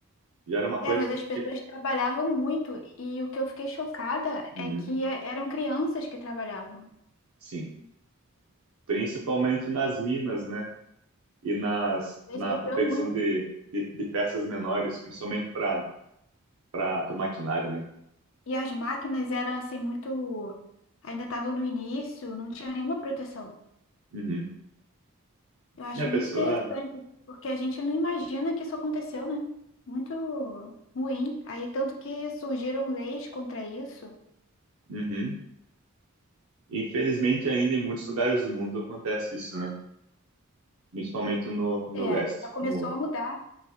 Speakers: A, on the right (about 75°); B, on the left (about 60°).
A: já era uma coisa
B: É, mas
A: que,
B: as pessoas
A: que-
B: trabalhavam muito e o que eu fiquei chocada
A: Uhum,
B: é que é- eram crianças que trabalhavam.
A: sim, principalmente nas minas, né? E nas,
B: Ele
A: na
B: sofreu
A: confecção
B: muito.
A: de, de, de peças menores, principalmente para para o maquinário, né?
B: E as máquinas eram assim muito, ainda estavam no início, não tinha nenhuma proteção.
A: Uhum.
B: Eu acho
A: E a pessoa...
B: muito interessante, porque a gente não imagina que isso aconteceu, né? Muito ruim. Aí tanto que surgiram leis contra isso.
A: Uhum. Infelizmente, ainda em muitos lugares do mundo acontece isso, né? Principalmente no, no
B: É,
A: leste,
B: já começou
A: no,
B: a mudar.